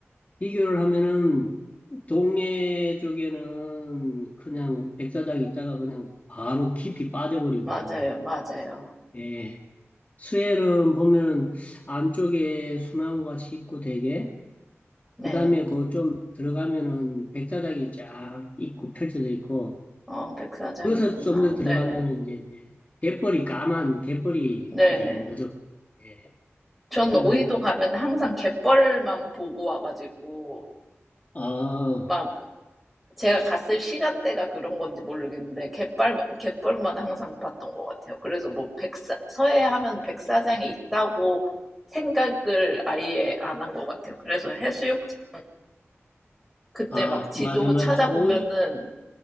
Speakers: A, on the left; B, in the centre.
A: 비교를 하면은 동해 쪽에는 그냥 백사장 있다가 그냥 바로 깊이 빠져버리고
B: 맞아요, 맞아요.
A: 예, 스웰은 보면은 안쪽에 소나무 같이 있고 되게
B: 네.
A: 그다음에 그 좀 들어가면은 백사장이 쫙 있고 펼쳐져 있고
B: 어, 백사장
A: 그것을
B: 있구나.
A: 좀 더 들어가면은
B: 네.
A: 이제 이제 갯벌이 까만 갯벌이
B: 네.
A: 이제 있는 거죠. 예.
B: 전
A: 그래서
B: 오이도 가면 항상 갯벌만 보고 와가지고,
A: 아,
B: 막, 제가 갔을 시간대가 그런 건지 모르겠는데, 갯벌, 갯벌만 항상 봤던 것 같아요. 그래서 뭐, 백사, 서해 하면 백사장이 있다고 생각을 아예 안 한 것 같아요. 그래서 해수욕장, 그때
A: 아
B: 막 지도
A: 맞아 맞아
B: 찾아보면은,
A: 오이